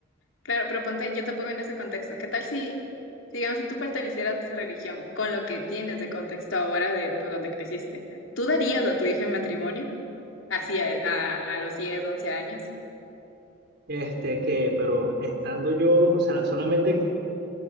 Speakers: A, on the left (about 80°); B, on the right (about 55°).
A: Claro, pero ponte, yo te pongo en ese contexto. ¿Qué tal si, digamos, si tú pertenecieras a esa religión, con lo que tienes de contexto ahora de pues, donde creciste, ¿tú darías a tu hija en matrimonio? Así, a, a- a los 10 11 años.
B: Este, que, pero estando yo, o sea, solamente,